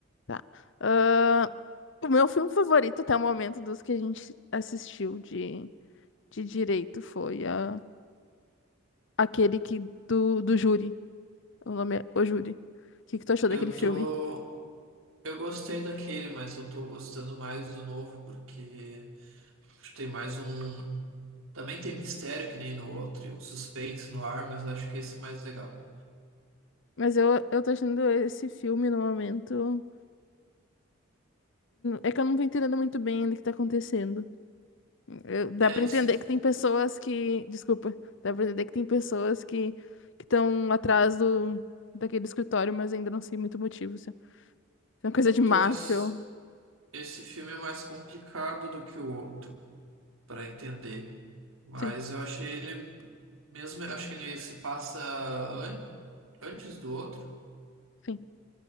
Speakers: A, on the left; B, on the right.
A: Tá. Ahn, o meu filme favorito até o momento dos que a gente assistiu de, de direito foi ah, aquele que do, do júri. O nome é O Júri. O que, que tu achou
B: Eu
A: daquele filme?
B: tô. Eu gostei daquele, mas eu tô gostando mais do novo, porque acho que tem mais um. Também tem mistério que nem no outro, e o suspense no ar, mas acho que esse é mais legal.
A: Mas eu, eu tô achando esse filme no momento. É que eu não tô entendendo muito bem ainda o que tá acontecendo. Eu- dá
B: É,
A: pra
B: esse.
A: entender que tem pessoas que, desculpa, dá pra entender que tem pessoas que que estão atrás do daquele escritório, mas ainda não sei muito o motivo. Se é uma coisa de
B: Então,
A: máfia.
B: esse,
A: ou-
B: esse filme é mais complicado do que o outro, para entender. Mas
A: Sim,
B: eu achei ele. Mesmo, eu acho que ele se passa an- antes do outro,
A: sim.